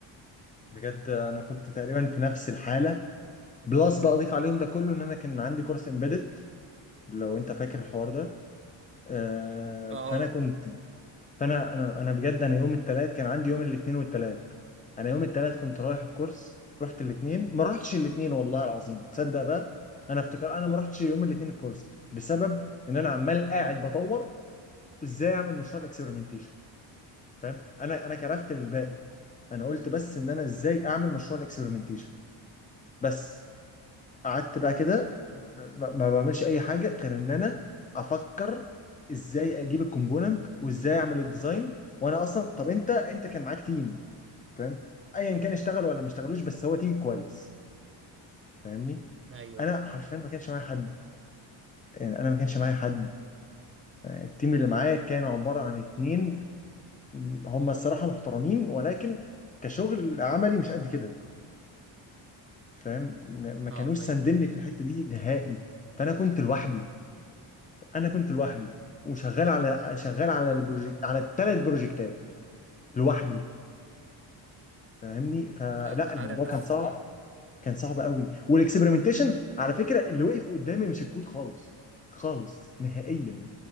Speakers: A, on the left; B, on the right.
A: بجد انا كنت تقريبا في نفس الحاله بلس بقى اضيف عليهم ده كله ان انا كان عندي كورس امبيدد لو انت فاكر الحوار ده آه
B: اه
A: فانا كنت فانا انا انا بجد انا يوم الثلاث كان عندي يوم الاثنين والثلاث انا يوم الثلاث كنت رايح الكورس رحت الاثنين ما رحتش الاثنين والله العظيم تصدق بقى انا افتكر انا ما رحتش يوم الاثنين الكورس بسبب ان انا عمال قاعد بدور ازاي اعمل مشروع الاكسبيرمنتيشن فاهم انا انا كرفت للباقي انا قلت بس ان انا ازاي اعمل مشروع الاكسبيرمنتيشن بس قعدت بقى كده ما ما بعملش اي حاجه غير ان انا افكر ازاي اجيب الكومبوننت وازاي اعمل الديزاين وانا اصلا طب انت انت كان معاك تيم فاهم ايا كان اشتغل ولا ما اشتغلوش بس هو تيم كويس فاهمني
B: ايوه
A: انا حرفيا ما كانش معايا حد يعني انا ما كانش معايا حد التيم اللي معايا كانوا عباره عن اتنين هم الصراحه محترمين ولكن كشغل عملي مش قد كده فاهم ما ما كانوش
B: اه آه،
A: ساندني
B: ايوه
A: في الحته دي نهائي فانا كنت لوحدي انا كنت لوحدي وشغال على شغال على البروجكت على الثلاث بروجكتات لوحدي فاهمني فلا
B: لا انت عارف
A: الموضوع كان صعب كان صعب قوي والاكسبيرمنتيشن
B: ال...
A: على فكره اللي وقف قدامي مش الكود خالص خالص نهائيا